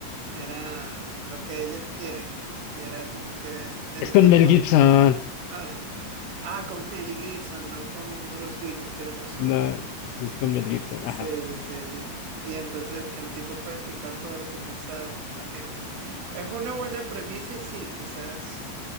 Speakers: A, on the right; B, on the left.
A: Era lo que ellas quieren. Y era como que el
B: Es con
A: tipo...
B: Mel Gibson.
A: Ah, ah, con Mel Gibson, no con Bruce Willis, tienes razón.
B: No, sí, es con Mel Gibson,
A: Sí,
B: ajá.
A: sí, sí, sí. Y entonces que el tipo puede escuchar todo lo que piensa la gente. Es una buena premisa y sí, quizás